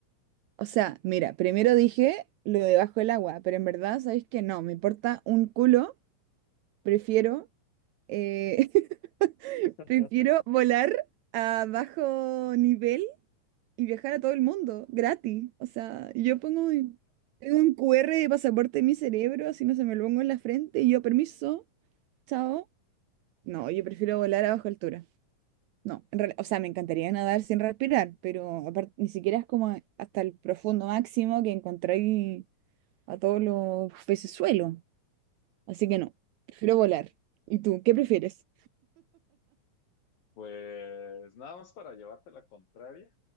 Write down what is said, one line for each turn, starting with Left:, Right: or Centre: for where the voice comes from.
Right: O sea, mira, primero dije lo de bajo el agua, pero en verdad, ¿sabéis que no? Me importa un culo. Prefiero, eh, <laughs>
Left: <laughs>
Right: prefiero volar a bajo nivel y viajar a todo el mundo, gratis. O sea, yo pongo mi- tengo un QR de pasaporte en mi cerebro, así no se me lo pongo en la frente y yo, permiso, chao. No, yo prefiero volar a baja altura. No, en real- o sea, me encantaría nadar sin respirar, pero aparte ni siquiera es como hasta el profundo máximo que encontráis a todos los pecesuelos. Así que no, prefiero volar. ¿Y tú, qué prefieres?
Left: Pues nada más para llevarte la contraria,